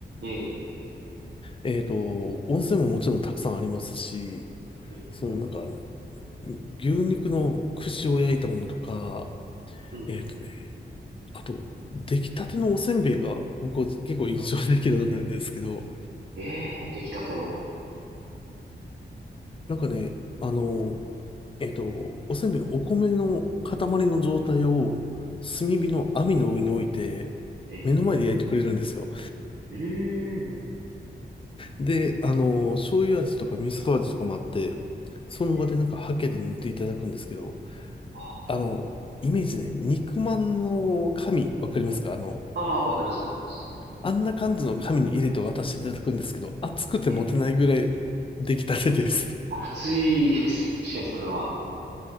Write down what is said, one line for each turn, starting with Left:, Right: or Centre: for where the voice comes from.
Right: ええええ
Left: えっと、温泉ももちろんたくさんありますし、
Right: うん
Left: そのなんかあの、牛肉の串を焼いたものとか、
Right: うん
Left: えっとね、あと、出来たてのおせんべいが僕は結構印象的だったんですけど、
Right: ええ出来たての。
Left: なんかね、あの、えっと、おせんべいのお米の塊の状態を炭火の網の上に置いて、
Right: ええ
Left: 目の前で焼いてくれるんですよ。
Right: うんうんうん
Left: で、あの、醤油味とか味噌味とかもあって、その場でなんかハケで塗っていただくんですけど、
Right: ええあ
Left: あの、イメージね、肉まんの紙、わかりますかあの、
Right: あ、ああわかりますわかります。
Left: あんな感じの紙に入れて渡していただくんですけど、熱くて持てないぐらい出来たてです。
Right: ええ暑いです。確かにそれは。